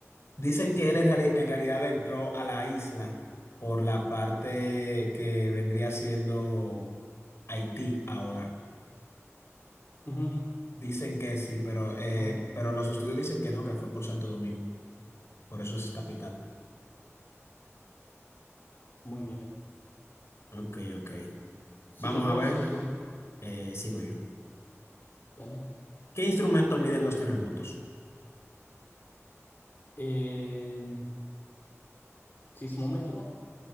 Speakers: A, on the left; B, on the left.
A: Dicen que él
B: Ya.
A: en, reali- en realidad entró a la isla por la parte que vendría siendo Haití ahora.
B: Ujú.
A: Dicen que sí, pero, eh,
B: Ok,
A: pero los estudios dicen que no, que fue por Santo Domingo. Por eso es capital.
B: muy bien.
A: Ok, ok.
B: ¿Sigo
A: Vamos
B: yo
A: a ver.
B: o sigues tú?
A: eh, sigo yo.
B: Dale.
A: ¿Qué instrumento miden los terremotos?
B: ¿El sismómetro?